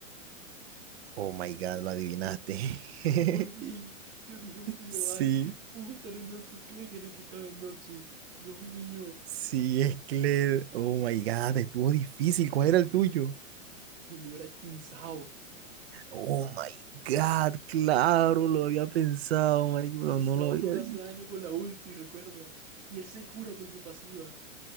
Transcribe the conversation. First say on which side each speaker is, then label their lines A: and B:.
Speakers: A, on the right; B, on the right.
A: oh my God, lo adivinaste.
B: <laughs>
A: <laughs>
B: Por fin, yo dije Ulti Global
A: Sí,
B: pudo estar en Noxus. Klett es el que estaba en Noxus. Dios mío,
A: sí, es Cled. Oh my God, estuvo
B: mm,
A: difícil.
B: por
A: ¿Cuál
B: fin.
A: era el tuyo?
B: esto- El mío era Jin Sao.
A: Oh my God, claro, lo había pensado, marico, pero
B: Jin
A: no
B: Sao
A: lo había
B: no le
A: dicho.
B: hace daño con la ulti, recuerda. Y él se cura con su pasiva.